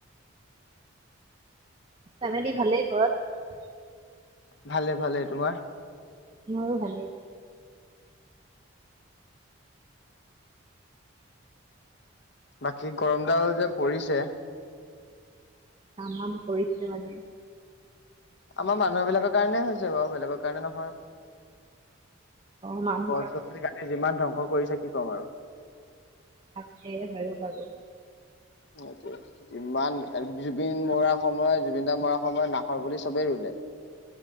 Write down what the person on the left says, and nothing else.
ভালেই, ভালেই। তোমাৰ?
বাকী গৰমডাল যে পৰিছে!
আমাৰ মানুহ বিলাকৰ কাৰণে হৈছে বাৰু। বেলেগৰ কাৰণে নহয়।
গছ-গছনি কাটি যিমান ধ্বংস কৰিছে কি কম আৰু।
সেইটোৱে। ইমান- জুবিন মৰাৰ সময়- জুবিনদাৰ মৰাৰ সময়ত নাহৰ পুলি চবেই ৰুলে। <unintelligible>